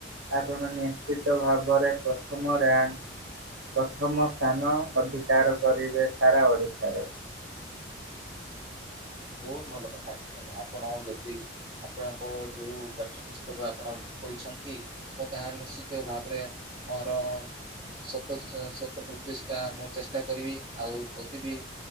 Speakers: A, on the right; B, on the right.
A: ଆପଣ ନିଶ୍ଚିତ ଭାବରେ ପ୍ରଥମରେ ରାଙ୍କ ପ୍ରଥମ ସ୍ଥାନ ଅଧିକାର କରିବେ ସାରା ଓଡ଼ିଶାରେ।
B: <inaudible> ବହୁତ ଭଲ କଥା ଆପଣ ଯଦି ଆପଣଙ୍କ ଯୋଉ ପାଠ୍ୟ ପୁସ୍ତକ ଆପଣ କହିଛନ୍ତି ମୁଁ ତାହା ନିଶ୍ଚିତ ଭାବରେ। <unintelligible> ସତ ଶତ ପ୍ରତିଷ୍ଠା ମୁଁ ଚେଷ୍ଟା କରିବି ଆଉ ଯଦି ବିି